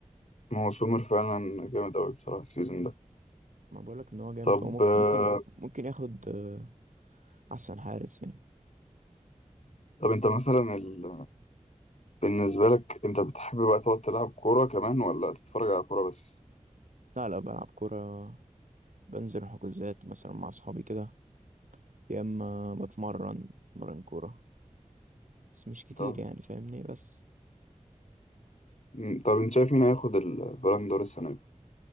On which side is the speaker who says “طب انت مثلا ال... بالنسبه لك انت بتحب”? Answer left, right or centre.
Left